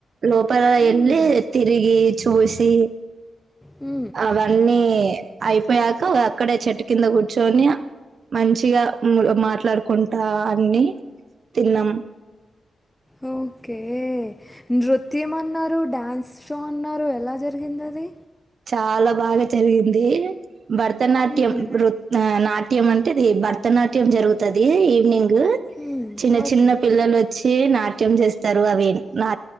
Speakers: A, on the right (about 60°); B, in the centre.
A: లోపల
B: మ్మ్.
A: వెళ్ళి తిరిగి చూసి
B: ఉ
A: అవన్నీ అయిపోయాక అక్కడే చెట్టు కింద కూర్చో అన్నయ్య మంచిగా అమ్ములు మాట్లాడుకుంటా అన్ని తిన్నాం
B: ఉ ఓకే నృత్యం అన్నారు డ్యాన్స్ షో అన్నారు ఎలా జరిగింది అది
A: చాలా బాగా జరిగింది భరతనాట్యం
B: మ్మ్హ్మ్.
A: వృత్ ఆ నాట్ నాట్యం అంటే అది భరతనాట్యం జరుగుతది ఈవినింగ్ గు
B: మ్మ్.
A: చిన్న
B: ఓకే
A: చిన్న పిల్లలు వచ్చి నాట్యం చేసు తారు అవిన్ నా